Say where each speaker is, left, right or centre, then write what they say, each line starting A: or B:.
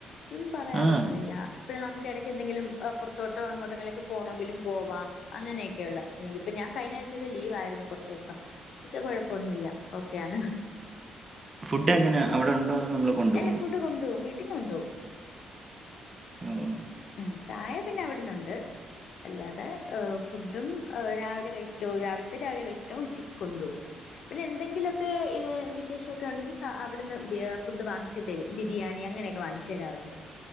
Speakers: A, on the left; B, on the right.
A: ഒന്നും പറയാറൊന്നുല്ല
B: ആഹ്
A: നമുക്ക് ഇടക്ക് എന്തെങ്കിലും പുറത്ത് തോട്ടം അങ്ങോട്ടെങ്ങിലൊക്കെ പോണെങ്കിലും പോവാം അങ്ങനൊക്കെയുള്ള <unintelligible> പുറത്തോട്ട് എങ്ങോട്ടെങ്കിലും പോണങ്കിലും പോകാം ഇപ്പൊ ഞാൻ കഴിഞ്ഞ ആഴ്ചൊക്കെ ലീവ് ആണ് കുറച്ചു ദിവസം ഇപ്പോ കുഴപ്പൊന്നുല്ല ഓക്കെയാണ്
B: ഫുഡ് എങ്ങനെ അവിടെ ഉണ്ടോ അതോ നമ്മള് കൊണ്ടുപോണോ
A: അല്ലെ ഫുഡ് കൊണ്ടോവും വീട്ടീന്ന് കൊണ്ടോവും.
B: <inaudible> ഉം
A: ഉം ചായ പിന്നെ അവിട്ന്നുണ്ട്. അല്ലാതെ ഹ് ഫുഡും രാവിലത്തെ രാവിലെ കഴിച്ചിട്ടു പോകും ഉച്ചയ്ക്ക് കൊണ്ട് പോകും പിന്നെ എന്തെങ്കിലൊക്കെ ഈ വിശേഷയൊക്കെ ഉണ്ടെങ്കിൽ സാർ അവിടുന്ന് ബി ഫുഡ് വാങ്ങിച് തരും ബിരിയാണിങ്ങനെയൊക്കെ വാങ്ങിച്ചു തരാറുണ്ട്.